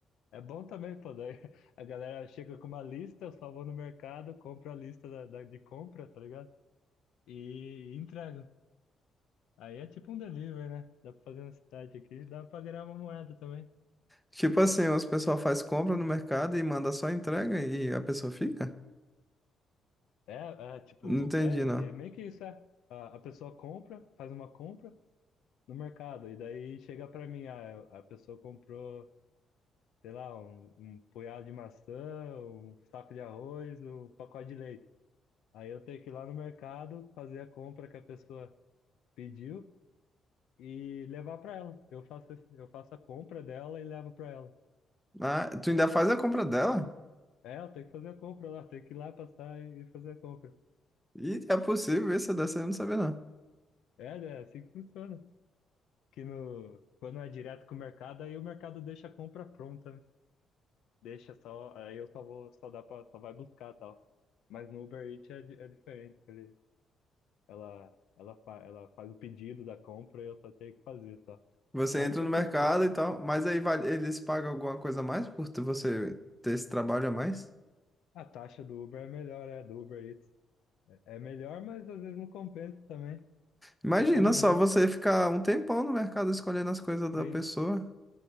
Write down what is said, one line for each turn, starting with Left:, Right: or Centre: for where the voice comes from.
Left: É bom também, pô, daí <laughs> a galera chega com uma lista, eu só vou no mercado, compro a lista da, da- de compra, tá ligado? E entrego. Aí é tipo um delivery, né? Dá pra fazer um site aqui, dá pra ganhar uma moeda também.
Centre: Tipo assim, os pessoal faz compra no mercado e manda só entrega e a pessoa fica?
Left: É, é tipo,
Centre: Não entendi,
Left: é,
Centre: não.
Left: é meio que isso, é. A, a pessoa compra, faz uma compra no mercado, e daí chega pra mim, ah, a pessoa comprou. sei lá, um, um punhado de maçã, um saco de arroz, um pacote de leite. Aí eu tenho que ir lá no mercado, fazer a compra que a pessoa pediu e levar para ela. Eu faço, esse- eu faço a compra dela e levo para ela.
Centre: Ah, tu ainda faz a compra dela?
Left: É, eu tenho que fazer a compra lá, tenho que ir lá passar e e fazer a compra.
Centre: E é possível isso, dessa eu não sabia, não.
Left: É, né, é assim que funciona. Que no, quando é direto com o mercado, aí o mercado deixa a compra pronta, né? Deixa só, aí eu só vou, só dá para, só vai buscar e tal. Mas no Uber Eats é, di- é diferente, ele Ela, ela, fa ela faz o pedido da compra e eu só tenho que fazer, só.
Centre: Você
Left: Mas
Centre: entra
Left: isso
Centre: no
Left: eu
Centre: mercado
Left: fiz pouco.
Centre: e tal, mas aí vale- eles pagam alguma coisa a mais por tu- você ter esse trabalho a mais?
Left: A taxa do Uber é melhor, é, do Uber Eats. É melhor, mas às vezes não compensa também.
Centre: Imagina
Left: Depende
Centre: só
Left: muito,
Centre: você ficar um tempão no mercado escolhendo as coisas da
Left: sim,
Centre: pessoa.